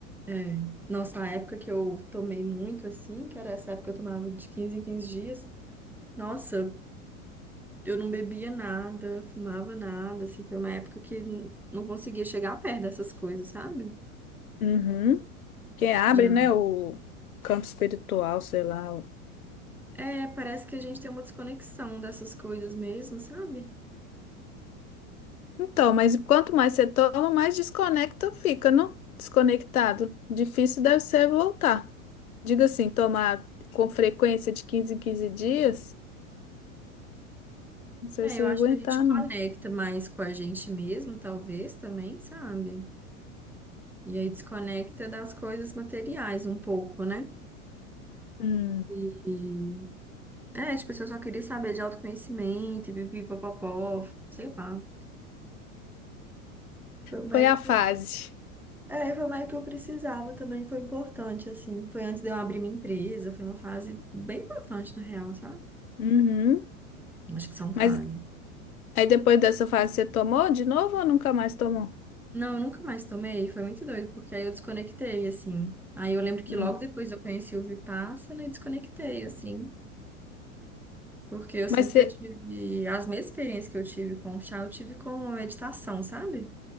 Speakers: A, in the centre; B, on the left.
A: é. nossa, a época que eu tomei muito, assim, que era essa época que eu tomava de 15 em 15 dias, nossa. Eu não bebia nada, fumava nada, assim, foi uma época que n- não conseguia chegar perto dessas coisas, sabe?
B: Uhum. Que abre,
A: Já.
B: né, o campo espiritual, sei lá. o-
A: É, parece que a gente tem uma desconexão dessas coisas mesmo, sabe?
B: Então, mas quanto mais você toma, mais desconecta fica, não? Desconectado. Difícil deve ser voltar. Diga assim, tomar com frequência de 15 em 15 dias, não sei
A: É,
B: se
A: eu
B: eu
A: acho
B: ia aguentar,
A: que a gente conecta
B: não.
A: mais com a gente mesmo, talvez também, sabe? E aí desconecta das coisas materiais um pouco, né?
B: Hum,
A: E, é, tipo, se eu só queria saber de autoconhecimento, e pipipopopó, sei lá. Foi uma
B: foi
A: época
B: a fase.
A: É, foi mais que eu precisava também, foi importante, assim. Foi antes de eu abrir minha empresa, foi uma fase bem importante, na real, sabe?
B: Uhum.
A: Acho que são fases.
B: Mas aí depois dessa fase você tomou de novo ou nunca mais tomou?
A: Não, eu nunca mais tomei, foi muito doido, porque aí eu desconectei, assim. Aí eu lembro que
B: Hum.
A: logo depois eu conheci o Vipassana e desconectei, assim. Porque eu sinto
B: Mas você.
A: que eu tive as mesmas experiências que eu tive com o chá, eu tive com a meditação, sabe?